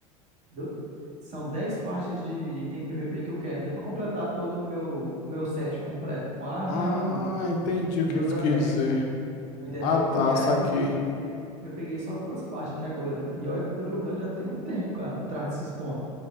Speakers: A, on the right (about 40°); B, on the left (about 60°).
A: Do- são dez partes de item PVP que eu quero, entendeu? Pra completar todo o meu, o meu set completo com arma
B: Ah,
A: e armadura
B: entendi o
A: e
B: que
A: os
B: que tu
A: anéis,
B: quis dizer.
A: entendeu?
B: Ah, tá,
A: E aí
B: saquei.
A: eu, eu peguei só duas partes até agora. E olha que eu tô jogando já tem um tempo, cara, atrás desses pontos.